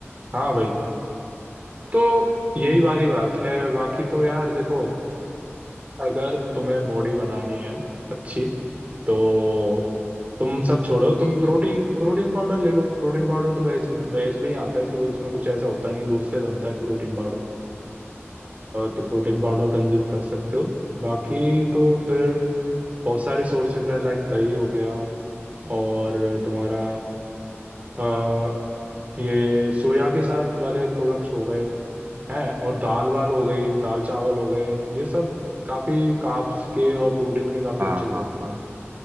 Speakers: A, on the right (about 35°); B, on the right (about 55°).
A: हाँ भाई तो यही वाली बात है बाकी तो यार देखो अगर तुम्हें बॉडी बनानी है अच्छी तो तुम सब छोड़ो तुम प्रोटीन प्रोटीन पाउडर ले लो प्रोटीन पाउडर तो वेज वेज में ही आता है कि वो उसमें कुछ ऐसा होता नहीं दूध से बनता है प्रोटीन पाउडर अ, तो प्रोटीन पाउडर कंज्यूम कर सकते हो बाकी तो फिर बहुत सारे सोर्सेज हैं लाइक दही हो गया और तुम्हारा अ, ये सोया के साथ वाले प्रोडक्ट्स हो गए है और दाल वाल हो गई दाल चावल हो गए ये सब काफी कार्ब्स के और प्रोटीन के काफी
B: हाँ
A: अच्छे सोर्स
B: हाँ हाँ
A: हैं